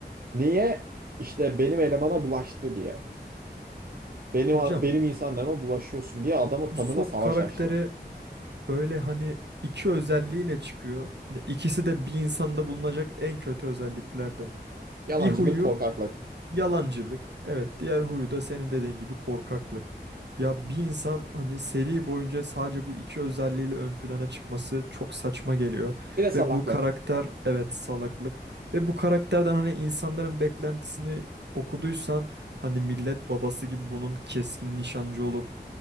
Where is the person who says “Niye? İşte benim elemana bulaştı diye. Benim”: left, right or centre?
Right